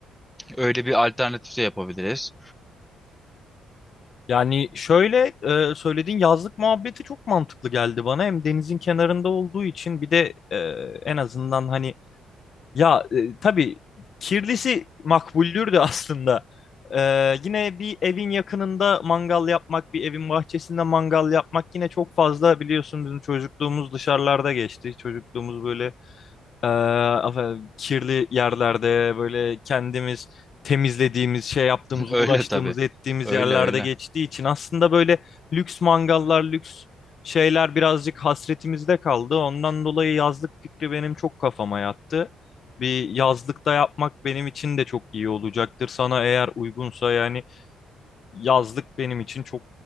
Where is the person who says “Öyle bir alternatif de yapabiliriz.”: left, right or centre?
Centre